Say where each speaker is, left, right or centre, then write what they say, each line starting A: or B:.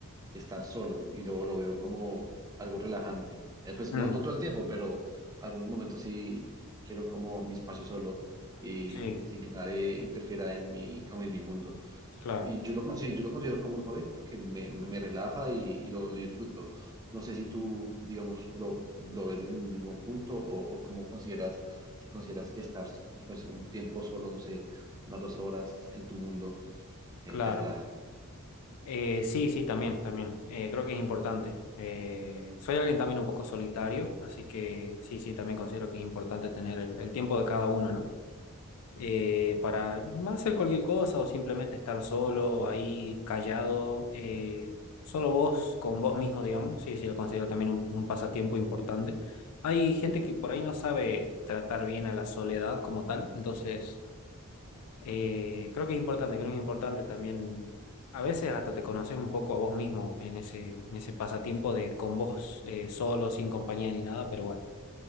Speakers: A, on the right (about 15°); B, on the left (about 80°).
A: estar solo y luego lo veo como algo relajante. Eh, pues
B: Mm,
A: no, no todo el tiempo, pero algunos momentos sí quiero como mi espacio solo y
B: sí,
A: sin que nadie interfiera en mi, como en mi mundo.
B: claro,
A: Y yo lo Claro. considero, yo lo considero como un hobby porque me, me- me relaja y, y lo, lo disfruto. No sé si tú, digamos, lo, lo ves desde el mismo punto o, o cómo consideras, si consideras que estar pues, un tiempo solo, no sé, unas dos horas en tu mundo, eh,
B: claro.
A: te relaja.
B: Eh, sí, sí, también, también. Eh, creo que es importante. Eh, soy alguien también un poco solitario, así que sí, sí, también considero que es importante tener el, el tiempo de cada uno, ¿no? Eh, para más hacer cualquier cosa o simplemente estar solo, ahí, callado, eh, solo vos, con vos mismo, digamos. Sí, sí, lo considero también un, un pasatiempo importante. Hay gente que por ahí no sabe tratar bien a la soledad como tal, entonces... Eh, creo que es importante, creo que es importante también. A veces hasta te conoces un poco a vos mismo en ese, en ese pasatiempo de con vos eh, solo, sin compañía ni nada, pero bueno,